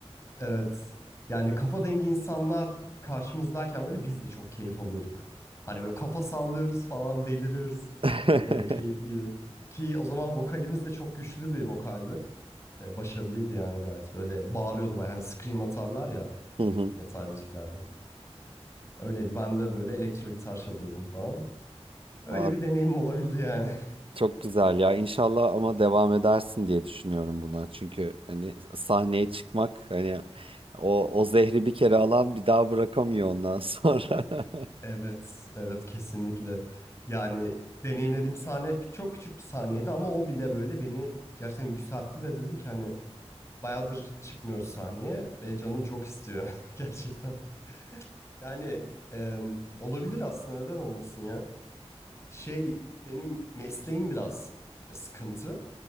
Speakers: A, on the left (about 25°); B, on the right (about 55°).
A: Evet. Yani kafa dengi insanlar karşımızdayken böyle biz de çok keyif alıyorduk. Hani böyle kafa sallıyoruz falan deliriyoruz.
B: <laughs>
A: Ee, keyifliydi. Ki o zaman vokalimiz de çok güçlü bir vokaldi. Ee, başarılıydı yani gayet. Böyle bağırıyordu bayağı. Hani scream atarlar ya
B: Hı hı.
A: metal müziklerde. Öyleydi. Ben de böyle elektro gitar çalıyordum falan. Öyle
B: Aa,
A: bir deneyimim olabildi yani. <laughs>
B: Çok güzel ya. İnşallah ama devam edersin diye düşünüyorum buna. Çünkü hani sahneye çıkmak hani o o zehri bir kere alan bir daha bırakamıyor ondan sonra. <laughs>
A: Evet, evet kesinlikle. Yani deneyimlediğim sahne çok küçük bir sahneydi ama o bile böyle beni gerçekten yükseltti ve dedim ki hani Bayağıdır çıkmıyoruz sahneye ve canım çok istiyor <laughs> gerçekten. Yani e, olabilir aslında neden olmasın ya. Şey benim mesleğim biraz sıkıntı.